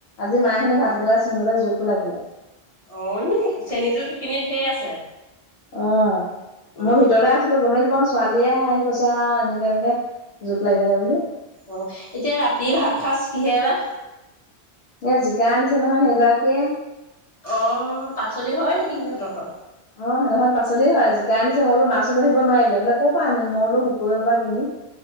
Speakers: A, on the left (about 80°); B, on the left (about 35°).
A: আজি মায়ে হেনো ভাতকেৰেলা
B: অ
A: ছিঙোতে জুক ওলাল বোলে।
B: অ', চেনি যুক সেইখিনিয়ে ঢেৰ আছে।
A: অ',
B: উম
A: মোৰ ভিতৰত।
B: উম
A: ছিলো, গমে নাপাওঁ, ছোৱালীয়ে কৈছা আৰু এনেকে- এনেকে যোক লাগিলে বুলি।
B: অ', এতিয়া ৰাতি ভাত - চাছ কিহে বা?
A: এ, জিকা আনিছে নহয়, সেইগৰাকীয়ে।
B: অ', পাচলি হয় নেকি সিহঁতৰ ঘৰত?
A: অ', সেইটোক পাচলি হয় জিকা আনি আনিছে, মই বুলোঁ, মাছও লৈ আহিব নোৱাৰিলে বোলে, ক'ৰ পৰা আনিম মই বুলোঁ, শুকুৰবাৰে পৰা কিনি।